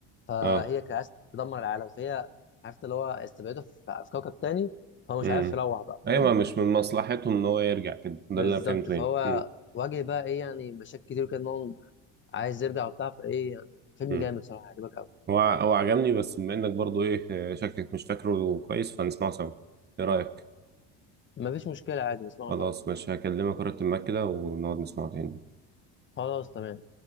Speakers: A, on the left; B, on the right.
A: فهي
B: اه
A: كانت عايزه تدمر العالم فهي عرفت اللي هو استبعده في في كوكب تاني هو مش
B: مم.
A: عارف يروح بقى
B: ايوه
A: فاهم
B: مش من مصلحتهم ان هو يرجع كده ده
A: بالظبط
B: اللي انا فهمته
A: فهو
B: يعني مم.
A: واجه بقى ايه يعني مشاكل كتير كان هو عايز يرجع وبتاع فايه يعني فيلم
B: مم.
A: جامد صراحه هيعجبك قوي
B: هو ع- هو عجبني بس بما انك برضو ايه آه، شكلك مش فاكره كويس فنسمعه سوا ايه رأيك
A: مفيش مشكله عادي نسمعه
B: خلاص
A: سوا
B: ماشي هكلمك ورقة المكتب كده ونقعد نسمعه تاني
A: خلاص تمام